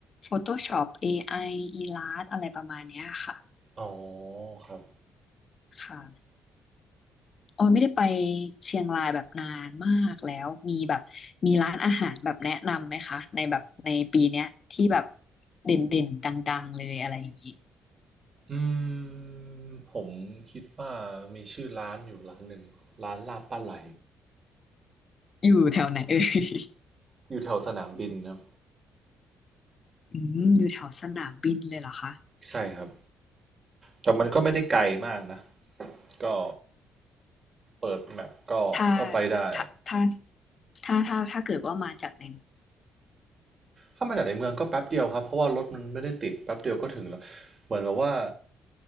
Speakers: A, on the left; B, on the right.
A: Photoshop AI อ l l u s t อะไรประมาณเนี้ยค่ะ
B: อ๋อครับ
A: ค่ะออยไม่ได้ไปเชียงรายแบบนานมากแล้วมีแบบมีร้านอาหารแบบแนะนำไหมคะในแบบในปีเนี้ยที่แบบเด่นเด่นดังๆเลยอะไรอย่างนี้
B: อืมผมคิดว่ามีชื่อร้านอยู่ร้านหนึ่งร้านลาบปลาไหล
A: อยู่แถวไหนเอ่ย <laughs>
B: อยู่แถวสนามบินครับ
A: อืมอยู่แถวสนามบินเลยเหรอคะ
B: ใช่ครับ แต่มันก็ไม่ได้ไกลมากนะ ก็เปิดแมปก็ก็ไปได้
A: ถ้าถ้าถ้าถ้าถ้าถ้าเกิดว่ามาจากใน
B: ถ้ามาจากในเมืองก็แป๊บเดียวครับเพราะว่ารถมันไม่ได้ติดแป๊บเดียวก็ถึงแล้วเหมือนกับว่า